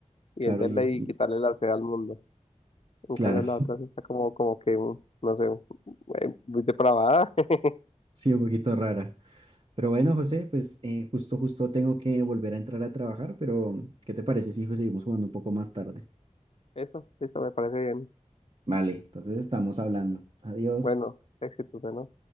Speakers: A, on the left (about 55°); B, on the right (about 45°).
A: Y
B: Claro,
A: venderla
B: y es,
A: y quitarle la sed al mundo. En
B: claro,
A: cambio, la otra sí está como, como que, mm, no sé, eh, muy depravada. <laughs>
B: <laughs> sí, un poquito rara. Pero bueno, José, pues eh, justo, justo tengo que volver a entrar a trabajar, pero ¿qué te parece si hijo, seguimos jugando un poco más tarde?
A: Eso, eso me parece bien.
B: Vale, entonces estamos hablando. Adiós.
A: Bueno, éxitos, ¿no?